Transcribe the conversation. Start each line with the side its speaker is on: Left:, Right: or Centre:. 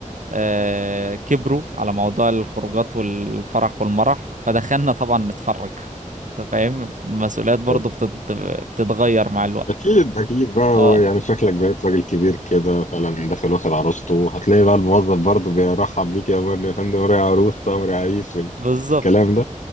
Right: آه، كبروا على موضوع الخروجات والفرح والمرح فدخلنا طبعا نتفرج انت فاهم المسؤوليات برضو
Left: حلو
Right: بتت... بتتغير مع الوقت
Left: اكيد اكيد بقى
Right: اه
Left: هو يعني شكلك بقيت راجل كبير كده فعلا داخل واخد عروسته هتلاقي بقى الموظف برضه بيرحب بيك يا مرني يا فندم وراي عروسه وراي عريس والكلام
Right: بالظبط
Left: ده